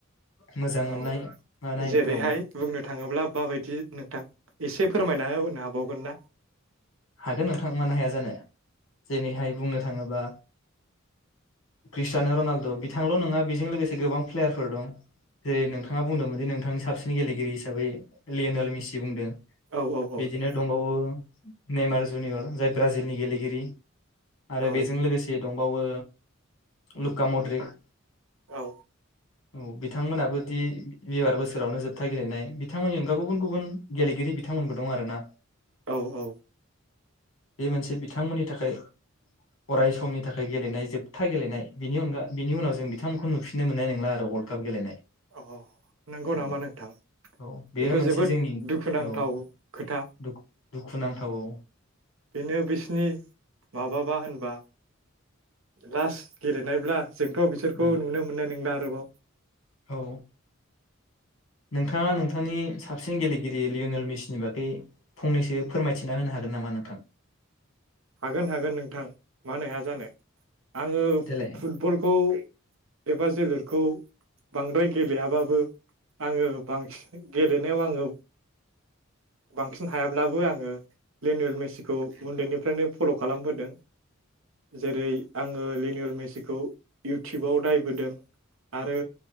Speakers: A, on the left; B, on the right.
A: मोजां मोननाय
B: औ
A: मानाय
B: जेरैहाय
A: औ
B: बुंनो थाङोब्ला माबायदि नोंथां एसे फोरमायना होनो हाबावगोन ना
A: हागोन नोंथां मानो हाया जानो जेरैहाय बुंनो थाङोबा क्रिस्टिान रनालद बिथांल नङा बेजों लोगोसे गोबां प्लेयारफोर दं जेरै नोंथाङा बुंदोंमोन दि नोंथांनि साबसिन गेलेगिरि हिसाबै लेनयल मिसि बुंदों
B: औ औ औ
A: बिदिनो
B: नोंथां
A: दंबावो नेमार जुनियर जाय ब्राजिलनि गेलेगिरि आरो
B: औ
A: बेजों लोगोसे दंबावो लुक्का मद्रिक
B: औ
A: औ बिथांमोनाबो दि एबार बोसोरावनो जोबथा गेलेनाय बिथांमोननि अनगा गुबुन गुबुन गेलेगिरि बिथांमोनबो दं आरो ना
B: औ औ
A: बे मोनसे बिथांमोननि थाखाय अराय समनि थाखाय गेलेनाय जोबथा गेलेनाय बिनि अनगा बिनि उनाव जों बिथांमोनखौ नुफिननो मोननाय नंला आरो वर्ल्ड काप गेलेनाय
B: अ नंगौ
A: औ
B: नामा नोंथां
A: औ बेयो
B: बेथ
A: मोनसे
B: जोबोद
A: जोंनि
B: दुखुनांथाव
A: औ
B: खोथा
A: दुखु दुखुनांथाव औ
B: बेनो बिसिनि माबाबा होनबा लास्ट गेलेनायब्ला जोंथ बिसोरखौ
A: उम
B: नुनो मोननाय नंला नंगौ
A: औ नोंथाङा नोंथांनि साबसिन गेलेगिरि लियनेल मिसनि बागै फंनैसो फोरमायथिना होनो हागोन नामा नोंथां?
B: हागोन हागोन नोंथां मानो हाया जानो आङो
A: देलाय
B: फुटबलखौ एबा जोलुरखौ बांद्राय गेलेयाबाबो आङो बांसिन गेलेनायाव आङो बांसिन हायाब्लाबो आङो लिनियेल मेसिखौ उन्दैनिफ्रायनो फल खालामबोदों जेरै आङो लिनियल मेसिखौ इउटुबाव नायबोदों आरो